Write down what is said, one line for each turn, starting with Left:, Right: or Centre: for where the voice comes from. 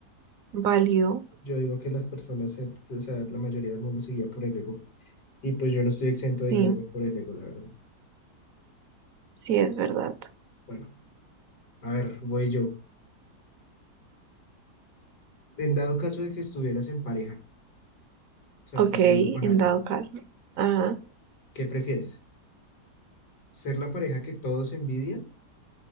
Right: válido.
Left: Yo digo que las personas, se- o sea, la mayoría del mundo se guía por el ego. Y pues yo no estoy exento de
Right: Sí,
Left: guiarme por el ego, la verdad.
Right: sí, es verdad.
Left: Bueno, a ver, voy yo. En dado caso de que estuvieras en pareja, o sea,
Right: Ok,
Left: saliendo con
Right: en
Left: alguien,
Right: dado caso. Ajá.
Left: ¿qué prefieres? ¿Ser la pareja que todos envidian